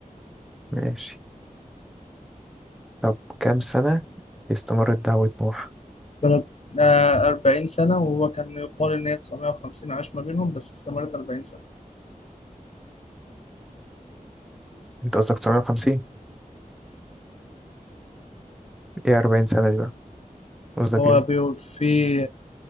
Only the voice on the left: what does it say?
سنة آه أربعين سنة وهو كان يقال إن هي 950 عاش ما بينهم بس استمرت أربعين سنة
هو
بيو- في